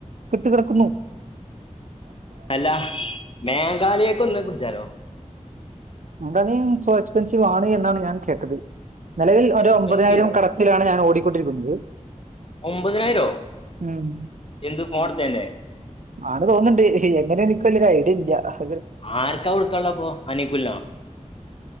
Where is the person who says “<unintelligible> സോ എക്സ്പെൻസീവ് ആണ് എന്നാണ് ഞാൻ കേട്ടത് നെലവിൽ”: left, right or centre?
Right